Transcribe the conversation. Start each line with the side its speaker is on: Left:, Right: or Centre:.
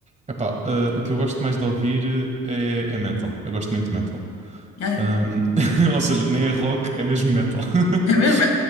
Right: Epá, ah, o que eu gosto mais de ouvir eh, é, é metal. Eu gosto muito de metal.
Left: Ah, é?
Right: Ahm, <laughs> ou seja, nem é rock, é mesmo metal. <laughs>
Left: É mesmo?